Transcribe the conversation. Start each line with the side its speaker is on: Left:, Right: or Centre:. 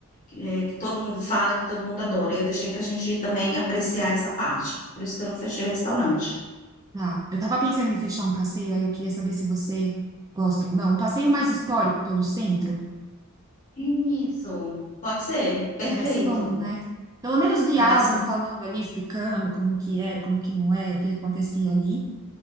Left: é, que todo mundo fala, que todo mundo adora. Eu deixei para a gente também apreciar essa parte. Por isso que eu não fechei o restaurante.
Right: Tá. Eu tava pensando em fechar um passeio, aí eu queria saber se você gosta ou não. Um passeio mais histórico pelo centro.
Left: Isso, pode ser, perfeito.
Right: Parece bom, né? Pelo menos guiado,
Left: Parece um.
Right: ou falando ali, explicando como que era, como que não era, o que acontecia ali,